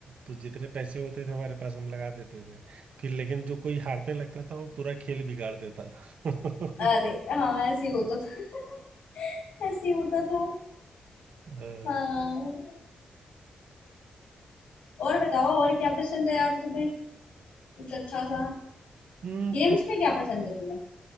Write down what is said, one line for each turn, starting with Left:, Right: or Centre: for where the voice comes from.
Right: तो जितने पैसे होते थे हमारे पास हम लगा देते थे फिर लेकिन जो कोई हारने लगता था वो पूरा खेल बिगाड़ देता था <laughs>
Left: अरे हाँ ऐसे ही होता था <laughs> ऐसे ही होता था
Right: अ,
Left: हाँ और बताओ और क्या पसंद है यार तुम्हें कुछ अच्छा सा
Right: हम्म
Left: गेम्स में क्या पसंद है तुम्हें